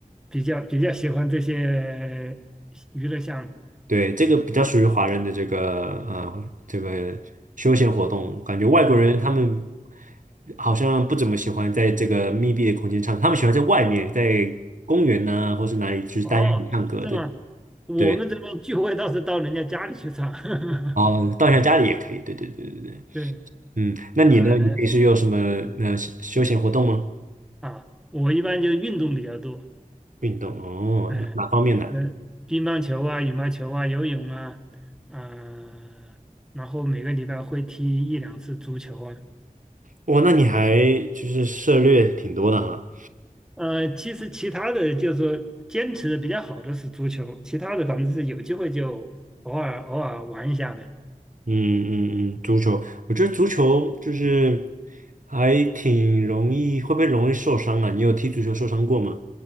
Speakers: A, in the centre; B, on the right (about 65°).
A: 比较比较喜欢这些娱乐项目。
B: 对，这个比较属于华人的这个呃这个休闲活动，感觉外国人他们
A: 对，
B: 好像不怎么喜欢在这个密闭的空间唱，他们喜欢在外面，在公园呐、或是哪里，就是大家一起唱歌的。
A: 哦，是吗？我们这边聚会倒是到人家家里去唱。
B: 对
A: <laughs>
B: 哦，到一下家里也可以，对对对对对，
A: 对，
B: 嗯，那你呢？
A: 呃
B: 你平时有什么呃休休闲活动吗？
A: 啊，我一般就是运动比较多，
B: 运动哦，
A: 哎、
B: 哪方面的？
A: 那乒乓球啊、羽毛球啊、游泳啊，啊、然后每个礼拜会踢一两次足球啊。
B: 哇，那你还就是涉猎挺多的哈，
A: 呃，其实其他的就是说坚持的比较好的是足球，其他的反正是有机会就偶尔偶尔玩一下的。
B: 嗯嗯嗯，足球，我觉得足球就是还挺容易，会不会容易受伤啊？你有踢足球受伤过吗？